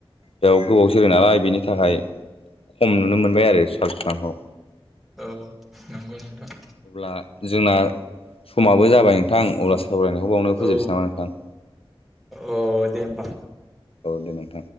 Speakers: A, on the left (about 75°); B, in the centre.
A: बेयाव गोबाव जोरो नालाय बेनि थाखाय खम नुनो मोनबाय आरो साल फिफांखौ
B: औ नंगौ नोंथां
A: अब्ला जोंना समाबो जाबाय नोंथां अला
B: औ
A: सावरायनायखौ बावनो फोजोबनोसै
B: औ
A: नामा नोंथां
B: अ दे होमबा
A: औ दे नोंथां